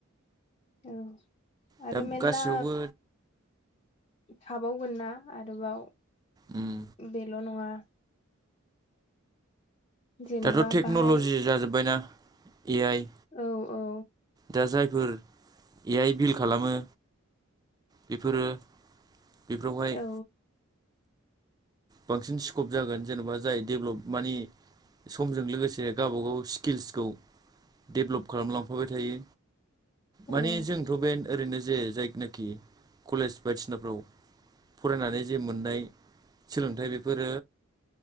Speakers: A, on the left; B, on the right.
A: औ आरो
B: दा
A: मेेल्ला
B: गासैयावबो
A: थाबावगोन ना आरोबाव।
B: ओम।
A: बेल' नङा जेनेबा
B: दाथ' टेक्न'ल'जि
A: बाहाय
B: जाजोब्बायना ए आइ
A: औ औ।
B: दा जायफोर एआइ बिल खालामो। बेफोरो बेफोरावहाय
A: औ
B: बांसिन स्कप जागोन जेनेबा जाय डेभलप माने समजों लोगोसे गावबा गाव स्किल्सखौ डेभ्लप खालामलांफाबाय थायो माने
A: औ
B: जोंथ बे ओरैनो जे जायखनाखि कलेज बायदिसिनाफ्राव फरायनानै जे मोननाय सोलोंथाइ बेफोरो